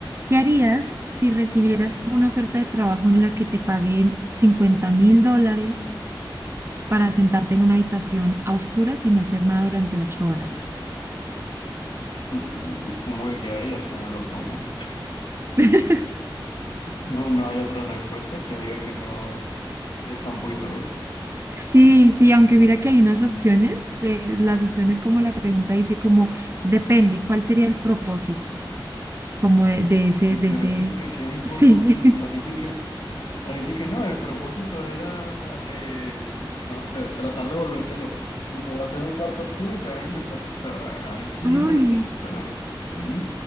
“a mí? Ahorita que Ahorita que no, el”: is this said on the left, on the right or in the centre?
Left